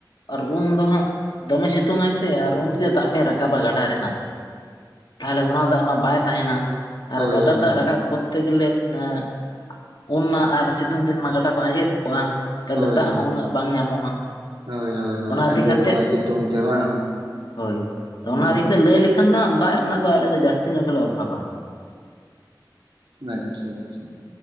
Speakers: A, on the left; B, on the right.
A: ᱟᱨ ᱩᱱ ᱫᱚ ᱦᱟᱸᱜ ᱫᱚᱢᱮ ᱥᱤᱛᱩᱝ ᱟᱭ ᱥᱮ ᱟᱨ ᱩᱱᱛᱮ ᱫᱟᱜ ᱵᱮ ᱨᱟᱠᱟᱵᱟ ᱜᱟᱰᱟ ᱨᱮᱱᱟᱜ ᱛᱟᱦᱚᱞᱮ ᱚᱱᱟ ᱫᱟᱜ ᱢᱟ ᱵᱟᱭ ᱛᱟᱦᱮᱸᱱᱟ,
B: ᱦᱳᱭ
A: ᱟᱨ ᱜᱟᱰᱟ
B: ᱦᱳᱭ
A: ᱫᱟᱜ
B: ᱦᱳᱭ
A: ᱨᱟᱠᱟᱵ ᱠᱚᱨᱛᱮ ᱜᱮᱞᱮ ᱮᱸᱜ ᱩᱱ ᱢᱟ ᱟᱨ ᱥᱤᱛᱩᱝ ᱫᱤᱱ ᱢᱟ ᱜᱟᱰᱟᱟ ᱠᱚ ᱟᱸᱡᱮᱫ ᱠᱚᱜᱼᱟ, ᱛᱟᱦᱚᱞᱮ
B: ᱦᱳᱭ
A: ᱫᱟᱜ ᱦᱚᱸ ᱩᱱᱟᱹᱜ ᱵᱟᱝ ᱧᱟᱢᱚᱜᱼᱟ,
B: ᱦᱳᱭ ᱦᱳᱭ ᱦᱳᱭ
A: ᱚᱱᱟ
B: ᱟᱸᱡᱮᱫ
A: ᱤᱫᱤ ᱠᱟᱛᱮᱜ
B: ᱠᱚᱜᱼᱟ ᱥᱤᱛᱩᱝ ᱛᱮ ᱵᱟᱝ?
A: ᱦᱳᱭ
B: ᱦᱩᱸ
A: ᱚᱱᱟ ᱤᱫᱤ ᱞᱟᱹᱭ ᱞᱮᱠᱷᱟᱱ ᱫᱚ ᱫᱟᱜ ᱨᱮᱱᱟᱜ ᱫᱚ ᱟᱞᱮ ᱫᱚ ᱡᱟᱹᱥᱛᱤ ᱧᱚᱜ ᱜᱮᱞᱮ ᱚᱵᱷᱟᱵᱟ᱾
B: ᱟᱪᱪᱷᱟ ᱟᱪᱪᱷᱟ᱾